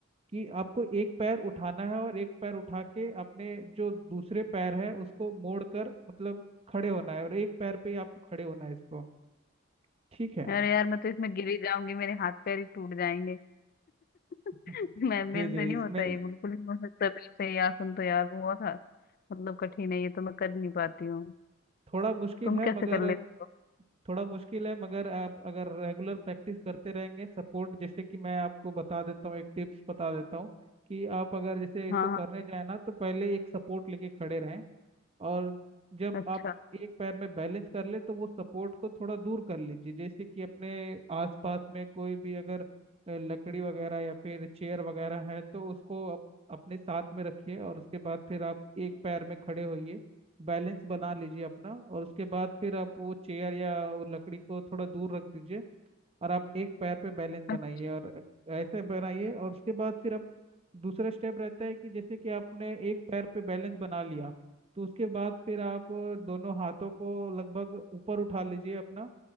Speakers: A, on the right; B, on the left.
A: कि आपको एक पैर उठाना है और एक पैर उठा के अपने जो दूसरे पैर है उसको मोड़ कर मतलब खड़े होना है और एक पैर पे ही आपको खड़े होना है इसको ठीक है
B: अरे यार मैं तो इसमें गिरी जाऊंगी मेरे हाथ पैर ही टूट जाएंगे
A: <laughs>
B: <laughs> मैं मेरे
A: जी
B: से
A: जी
B: नहीं
A: इसमें
B: होता ये बिल्कुल नहीं हो सकता मेरे से यार सुन तो यार बहुत हा- मतलब कठिन है ये तो मैं कर नहीं पाती हूँ
A: थोड़ा मुश्किल
B: तुम
A: है
B: कैसे
A: मगर
B: कर लेते हो
A: थोड़ा मुश्किल है मगर आप अगर रेगुलर प्रैक्टिस करते रहेंगे सपोर्ट जैसे कि मैं आपको बता देता हूँ एक टिप्स बता देता हूँ कि आप अगर जैसे इसको
B: हाँ
A: करने
B: हाँ
A: जाए ना तो पहले एक सपोर्ट लेके खड़े रहें और जब
B: अच्छा
A: आप एक पैर में बैलेंस कर ले तो वो सपोर्ट को थोड़ा दूर कर लीजिए जैसे कि अपने आसपास में कोई भी अगर अ, लकड़ी वगैरह या फिर चेयर वगैरह है तो उसको आप अपने साथ में रखिए और उसके बाद फिर आप एक पैर में खड़े होइए बैलेंस बना लीजिए अपना और उसके बाद फिर आप वो चेयर या वो लकड़ी को थोड़ा दूर रख दीजिए और आप एक पैर पे बैलेंस
B: अच्छा,
A: बनाइए और ऐसे बनाइए और उसके बाद फिर आप दूसरा स्टेप रहता है कि जैसे कि आपने एक पैर पे बैलेंस बना लिया तो उसके बाद फिर आप दोनों हाथों को लगभग ऊपर उठा लीजिए अपना